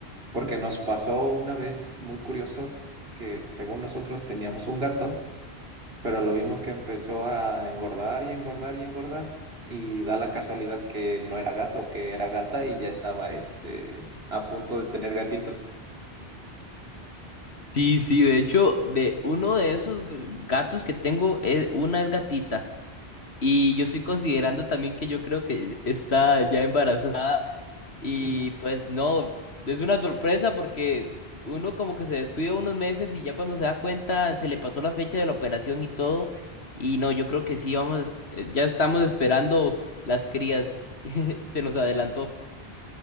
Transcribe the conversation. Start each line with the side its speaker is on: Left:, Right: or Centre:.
Right: porque nos pasó una vez muy curioso que según nosotros teníamos un gato, pero lo vimos que empezó a engordar y engordar y engordar y da la casualidad que no era gato, que era gata y ya estaba este a punto de tener gatitos.
Left: Sí, sí, de hecho, de uno de esos g- gatos que tengo, eh, una es gatita y yo estoy considerando también que yo creo que está ya embarazada. Y
Right: <laughs>
Left: pues no, es una sorpresa porque uno como que se descuida unos meses y ya cuando se da cuenta se le pasó la fecha de la operación y todo. Y no, yo creo que sí, vamos, eh, ya estamos esperando las crías. <laughs> Se nos adelantó.